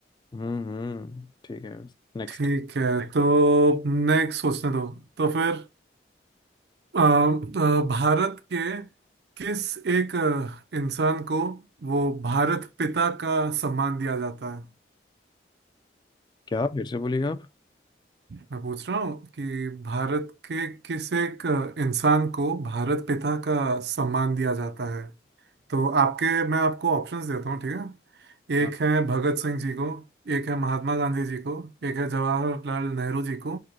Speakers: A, on the left; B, on the right.
A: हम्म हम्म, ठीक है नेक्स्ट
B: ठीक है तो नेक्स्ट सोचने दो तो फिर अ, अ, भारत के किस एक अ, इंसान को वो भारत पिता का सम्मान दिया जाता है
A: क्या फिर से बोलिएगा आप
B: मैं पूछ रहा हूँ कि भारत के किस एक अ, इंसान को भारत पिता का सम्मान दिया जाता है तो आपके मैं आपको ऑप्शंस देता हूँ ठीक है
A: हाँ
B: एक है भगत सिंह जी को एक है महात्मा गांधी जी को एक है जवाहरलाल नेहरू जी को